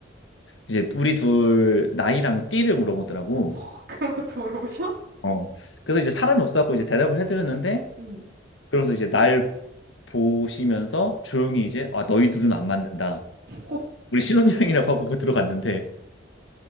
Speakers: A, on the left; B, on the right.
A: 이제 우리 둘 나이랑 띠를 물어보더라고.
B: 어, 그런 것도 물어보셔?
A: 어. 그래서 이제 사람이 없어갖고 이제 대답을 해드렸는데
B: 응,
A: 그러면서 이제 날 보시면서 조용히
B: 응,
A: 이제 아 너희 둘은
B: 응.
A: 안 맞는다.
B: 오,
A: 우리 신혼여행이라고 하고 들어갔는데